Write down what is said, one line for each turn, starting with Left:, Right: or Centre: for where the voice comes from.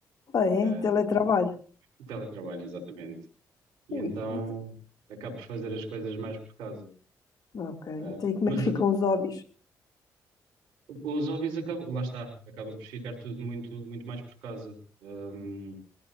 Left: Ah,
Right: Ahm,
Left: é? Teletrabalho.
Right: teletrabalho, exatamente. E
Left: Ui,
Right: então
Left: então,
Right: acabo por fazer as coisas mais por casa.
Left: ok.
Right: Ahm,
Left: Então, e como
Right: mas
Left: é que ficam
Right: ah,
Left: os hobbies?
Right: os hobbies acabam, lá está, acaba por ficar tudo muito, muito mais por casa. Ahm,